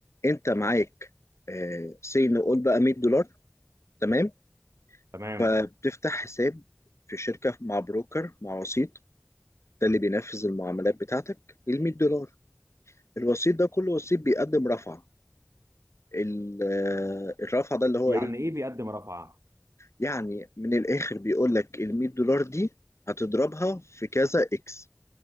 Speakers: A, on the left; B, on the right.
A: انت معاك سي نقول بقى 100 دولار تمام
B: تمام
A: فبتفتح حساب في شركة مع بروكر مع وسيط ده اللي بينفذ المعاملات بتاعتك ال 100 دولار الوسيط ده كل وسيط بيقدم رفعة ال- آه، الرفعة ده اللي هو
B: يعني
A: ايه
B: ايه بيقدم رفعه
A: يعني من الاخر بيقول لك ال 100 دولار دي هتضربها في كذا اكس